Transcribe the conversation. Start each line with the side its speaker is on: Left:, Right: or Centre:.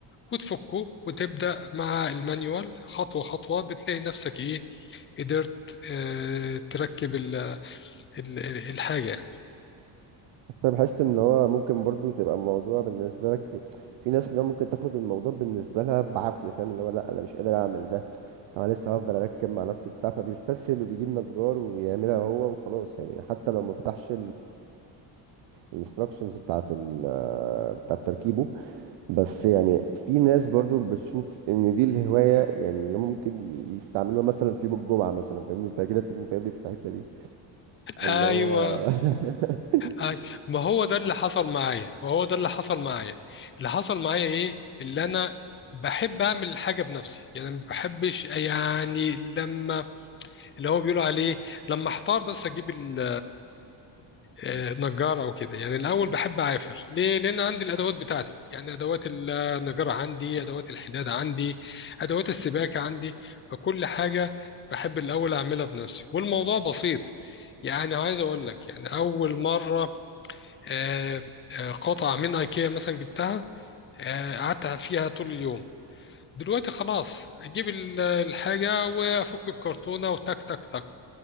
Left: وتفكه وتبدأ مع المانيوال خطوة خطوة بتلاقي نفسك ايه قدرت آه، تركب ال- ال- ال- الحاجة يعني.
Right: انا بحس ان هو ممكن برضو تبقى الموضوع بالنسبه لك في ناس اللي هو ممكن تاخد الموضوع بالنسبه لها بعافيه فاهم اللي هو لا انا مش قادر اعمل ده طب أنا لسه هفضل اركب مع نفسي وبتاع فبيستسهل وبيجيب نجار ويعملها هو وخلاص يعني حتى لو ما فتحش الانستراكشنز بتاعه ال بتاعه تركيبه بس يعني في ناس برضو بتشوف ان دي الهواية يعني اللي هم ممكن يستعملوها مثلا في يوم الجمعة مثلا فاهمني انت كده تكون فاهمني في الحتة دي فاللي
Left: ايوه
Right: هو <laughs>
Left: أي- ما هو ده اللي حصل معايا ما هو ده اللي حصل معايا اللي حصل معايا ايه اللي انا بحب اعمل الحاجه بنفسي يعني ما بحبش يعني لما اللي هو بيقولوا عليه لما احتار بس اجيب ال آه، نجار او كده يعني الاول بحب اعافر ليه لان عندي الادوات بتاعتي يعني ادوات النجار عندي ادوات الحداد عندي ادوات السباكه عندي فكل حاجه بحب الاول اعملها بنفسي والموضوع بسيط يعني عايز اقول لك يعني اول مره آه، آه، قطعه من ايكيا مثلا جبتها آه، قعدت فيها طول اليوم دلوقتي خلاص اجيب ال- الحاجه وافك الكرتونه وتك تك تك